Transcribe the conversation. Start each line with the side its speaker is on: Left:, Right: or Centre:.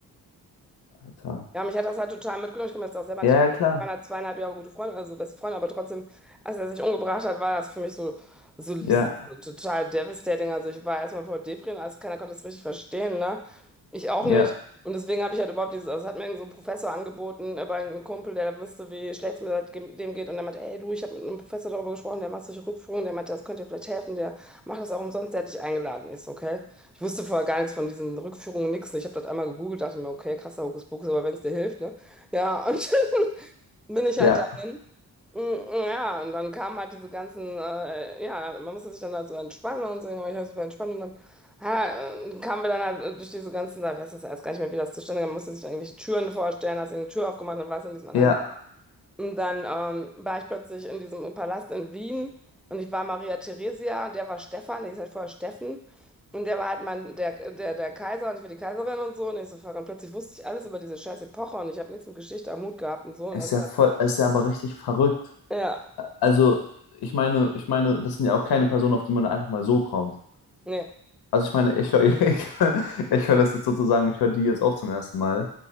Left: Alter.
Centre: Ja, mich hat das halt total mitgenommen. Ich kann mir das auch selber
Left: Ja,
Centre: nicht erklären.
Left: ja, klar.
Centre: Wir waren halt zweieinhalb Jahre gute Freunde, also beste Freunde, aber trotzdem, als er sich umgebracht hat, war das für mich so, so,
Left: Ja,
Centre: so so total devastating. Also ich war erstmal voll Depri und alles, keiner konnte das richtig verstehen, ne? Ich auch
Left: ja,
Centre: nicht. Und deswegen habe ich halt überhaupt dieses, also es hat mir irgend so ein Professor angeboten, aber ein Kumpel, der wusste, wie schlecht es mir seitdem dem geht. Und der meinte, ey du, ich habe mit einem Professor darüber gesprochen, der macht solche Rückführungen, der meinte, das könnte dir vielleicht helfen, der macht das auch umsonst, der hat dich eingeladen. ist, okay. Ich wusste vorher gar nichts von diesen Rückführungen, nichts. Ich habe das einmal gegoogelt, dachte mir, okay, krasser Hokuspokus, aber wenn es dir hilft, ne? Ja, und <laughs> bin ich
Left: ja,
Centre: halt dahin. Mm, mm, Ja, und dann kamen halt diese ganzen, äh, ja, man musste sich dann halt so entspannen und so, ich war super entspannt und dann ah, äh, kamen wir dann halt äh, durch diese ganzen, da weiß das erst gar nicht mehr, wie das zustande kam, man musste sich dann irgendwelche Türen vorstellen, hast irgendeine Tür aufgemacht und warst in diesem anderen
Left: ja.
Centre: und dann ähm, war ich plötzlich in diesem Palast in Wien und ich war Maria Theresia, der war Stefan, der hieß halt vorher Steffen. Und der war halt mein, der, der, der Kaiser und ich war die Kaiserin und so. Und ich so, fuck, und plötzlich wusste ich alles über diese scheiß Epoche und ich habe nichts mit Geschichte am Hut gehabt und so. Und
Left: Ist
Centre: das,
Left: ja voll, ist ja aber richtig verrückt.
Centre: ja,
Left: Also, ich meine, ich meine, das sind ja auch keine Personen, auf die man einfach mal so kommt.
Centre: nee.
Left: Also ich meine, ich höre <laughs> ich, hör- ich höre das jetzt sozusagen, ich höre die jetzt auch zum ersten Mal.